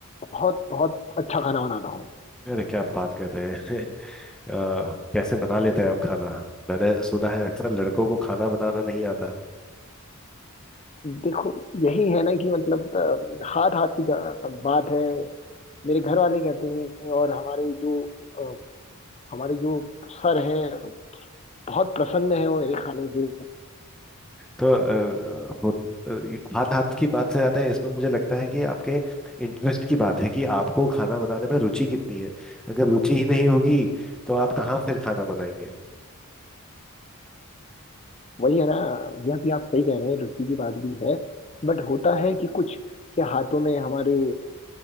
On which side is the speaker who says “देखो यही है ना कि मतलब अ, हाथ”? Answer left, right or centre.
Left